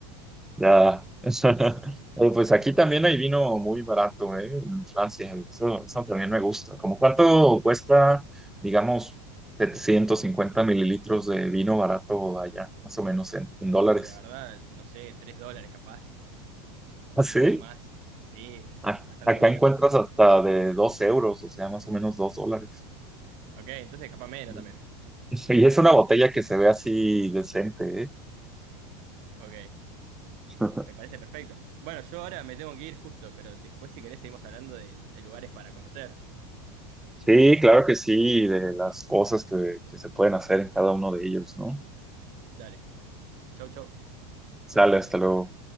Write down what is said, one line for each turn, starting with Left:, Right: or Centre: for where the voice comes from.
Centre: Ya. <laughs> Eh, Pues aquí también hay vino muy barato, ¿eh? En Francia. Eso, eso también me gusta. ¿Cómo cuánto cuesta, digamos, 750 mililitros de vino barato allá? Más o menos en, en
Right: Uy,
Centre: dólares.
Right: la verdad, no sé, tres dólares capaz,
Centre: ¿Ah,
Right: un
Centre: sí?
Right: poco más. Sí,
Centre: A-
Right: bastante
Centre: Acá
Right: poquito.
Centre: encuentras hasta de 2 euros, o sea, más o menos 2 dólares.
Right: Ok, entonces capaz menos
Centre: Y
Right: también.
Centre: y es una botella que se ve así decente, ¿eh?
Right: Ok.
Centre: <laughs>
Right: Me parece perfecto. Bueno, yo ahora me tengo que ir justo, pero después si querés seguimos hablando de, de lugares para conocer.
Centre: Sí, claro que sí, de las cosas que, que se pueden hacer en cada uno de ellos, ¿no?
Right: Dale. Chau, chau.
Centre: Sale, hasta luego.